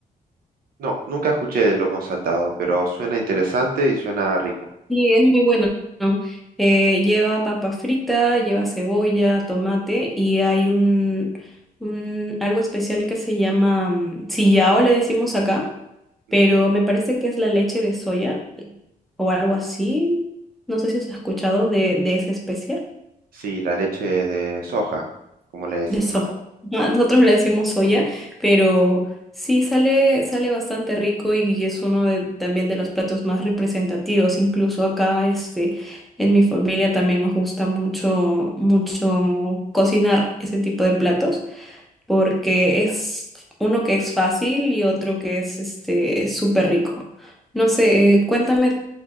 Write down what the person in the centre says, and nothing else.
Sí, es muy bueno. Eh, lleva papa frita, lleva cebolla, tomate y hay un, un algo especial que se llama mm, sillao, le decimos acá,
pero me parece que es la leche de soya o algo así. No sé si has escuchado de, de esa especia
de soja.
Ah, Nosotros le decimos soya, pero sí sale, sale bastante rico y y es uno de, también de los platos más representativos. Incluso acá, este, en mi familia también nos gusta mucho, mucho cocinar ese tipo de platos, porque es uno que es fácil y otro que es este súper rico. No sé, eh, cuéntame